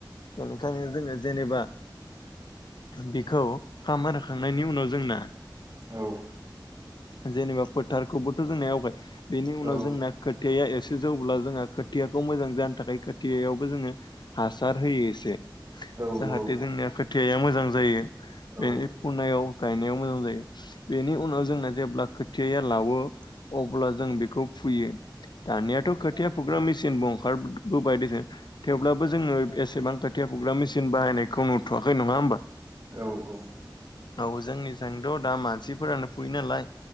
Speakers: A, on the left; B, on the right.
A: बेनिखायनो जोङो जेनेबा बिखौ खामार होखांनायनि उनाव जोंना
B: औ
A: जेनेबा फोथारखौबोथ' जोंना आवगाय बेनि उनाव
B: औ
A: जोंना खोथिया एसे जौब्ला जोंहा खोथियाखौ मोजां जानो थाखाय खोथियायावबो जोङो हासार होयो एसे
B: औ
A: जाहाथे जोंनिया खोथियाया मोजां जायो बेनि
B: औ
A: फुनायाव गायनायाव मोजां जायो बेनि उनाव जोंना जेब्ला खोथियया लावो अब्ला जों बेखौ फुयो दानियाथ' खोथिया फुग्रा मेचिनबो ओंखारबोबायदेसो थेवब्लाबो जोङो एसेबां खोथिया फुग्रा मेसिन बाहायनायखौ नुथ'वाखै नङा होमबा
B: औ औ
A: औ जोंनिजोंथ' दा मानसिफोरानो फुयो नालाय